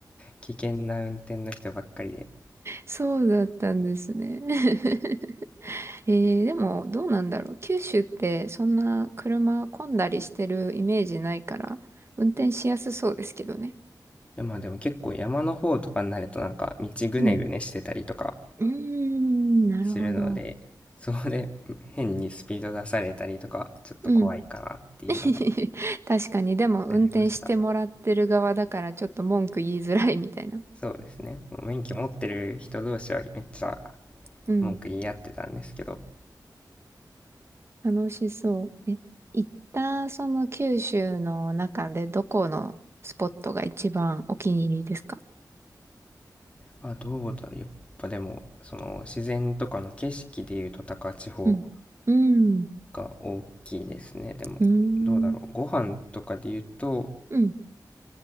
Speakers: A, on the left; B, on the right.
A: 危険な運転の人ばっかりで。
B: そうだったんですね。<laughs> えー、でも、どうなんだろう。九州って、そんな車混んだりしてるイメージないから、運転しやすそうですけどね。
A: いやまあでも結構山の方とかになるとなんか道ぐねぐねしてたりとか
B: うん。うーん、なるほど。
A: するので、そこで <laughs> 変にスピード出されたりとか、ちょっと怖いかなっていうのが
B: うん。<laughs> 確かに、でも、運転してもらってる側だから、
A: ありました。
B: ちょっと文句言いづらいみたいな。
A: そうですね。もう免許持ってる人同士はめっちゃ
B: うん。
A: 文句言い合ってたんですけど、
B: 楽しそう。え、行った、その九州の中で、どこのスポットが一番お気に入りですか
A: あ、どうだろう。やっぱでも、その自然とかの景色でいうと高千穂
B: うん。うん。
A: が大きいですね。でも、
B: うー
A: どうだろう。
B: ん。
A: ご飯とかで言うと、
B: うん。